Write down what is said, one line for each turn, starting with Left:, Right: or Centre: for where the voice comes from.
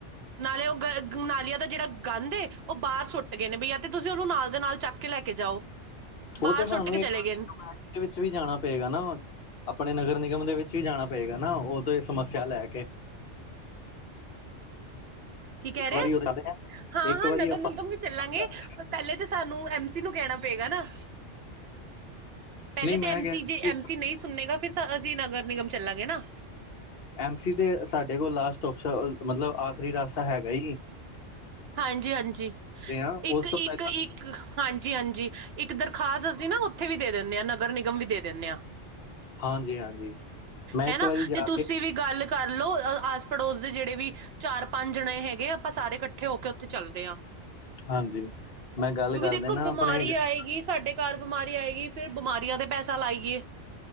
Right: ਨਾਲੇ ਓ। ਨਾਲੀਆਂ ਦਾ ਜਿਹੜਾ ਗੰਦ ਏ ਉਹ ਬਾਹਰ ਸੁੱਟ ਗਏ ਨੇ ਬਈ ਜਾ ਤੇ ਤੁਸੀਂ ਉਹਨੂੰ ਨਾਲ ਦੇ ਨਾਲ ਚੱਕ ਕੇ ਲੈ ਕੇ ਜਾਓ। ਬਾਹਰ
Left: ਉਹ ਤੇ
Right: ਸੁੱਟ
Left: ਸਾਨੂੰ,
Right: ਕੇ ਚਲੇ ਗਏ ਨੇ।
Left: ਵਿੱਚ ਵੀ ਜਾਣਾ ਪਏਗਾ ਨਾ। ਆਪਣੇ ਨਗਰ ਨਿਗਮ ਦੇ ਵਿੱਚ ਵੀ ਜਾਣਾ ਪਏਗਾ ਨਾ। ਉਹ ਤੋਂ ਇਹ ਸਮੱਸਿਆ ਲੈ ਕੇ-
Right: ਕੀ ਕਹਿ
Left: ਇੱਕ
Right: ਰਹੇ
Left: ਵਾਰੀ ਉਹ
Right: ਹਾਂ
Left: ਇੱਕ
Right: ਹਾਂ,
Left: ਵਾਰੀ
Right: ਨਗਮ
Left: ਆਪਾਂ
Right: ਨਗਮ ਵੀ ਚੱਲਾਂਗੇ
Left: ਚੱਲਦੇ
Right: ਪਰ
Left: ਆ।
Right: ਪਹਿਲੇ ਤਾਂ ਸਾਨੂੰ ਐਮ ਸੀ ਨੂੰ ਕਹਿਣਾ ਪਏਗਾ ਨਾ। ਪਹਿਲੇ
Left: ਨਹੀਂ ਮੈਂ
Right: ਤਾਂ ਐਮ
Left: ਕਹਿ
Right: ਸੀ ਜੇ ਐਮ ਸੀ ਨਹੀਂ ਸੁਣਨੇਗਾ ਫਿਰ ਅਸੀਂ ਨਗਰ ਨਿਗਮ ਚੱਲਾਂਗੇ ਨਾ।
Left: ਐਮ ਸੀ ਤੇ ਸਾਡੇ ਕੋਲ ਲਾਸਟ ਓਪਸ਼ਨ ਮਤਲਬ ਆਖਰੀ ਰਸਤਾ ਹੈਗਾ ਈ।
Right: ਹਾਂਜੀ ਹਾਂਜੀ,
Left: ਆ
Right: ਇੱਕ
Left: ਉਸ
Right: ਇੱਕ
Left: ਤੋਂ ਪਹਿਲਾਂ
Right: ਇੱਕ। ਇੱਕ ਹਾਂਜੀ ਹਾਂਜੀ, ਇੱਕ ਦਰਖਾਸਤ ਅਸੀਂ ਨਾ ਉੱਥੇ ਵੀ ਦੇ ਦੀਨੇ ਆ ਨਗਰ ਨਿਗਮ ਵੀ ਦੇ ਦੀ ਨੇ ਆ। <inaudible>
Left: ਹਾਂਜੀ ਹਾਂਜੀ, ਮੈਂ
Right: ਹਨਾ
Left: ਇੱਕ ਵਾਰੀ ਜਾ
Right: ਤੇ ਤੁਸੀਂ
Left: ਕੇ
Right: ਵੀ ਗੱਲ ਕਰ ਲਓ ਆਸ ਪੜੋਸ ਦੇ ਜਿਹੜੇ ਵੀ ਚਾਰ ਪੰਜ ਜਣੇ ਹੈਗੇ ਆਪਾਂ ਸਾਰੇ ਕੱਠੇ ਇਕੱਠੇ ਹੋ ਕੇ ਉੱਥੇ ਚੱਲਦੇ ਆ।
Left: ਹਾਂਜੀ ਮੈਂ ਗੱਲ
Right: ਕਿਉਂਕਿ
Left: ਕਰ
Right: ਦੇਖੋ
Left: ਦੇਣਾ
Right: ਬਿਮਾਰੀ
Left: ਆਪਣੇ ਗਲੀ-
Right: ਆਏਗੀ ਸਾਡੇ ਘਰ ਬਿਮਾਰੀ ਆਏਗੀ ਫਿਰ ਬਿਮਾਰੀਆਂ ਤੇ ਪੈਸਾ ਲਾਈਏ।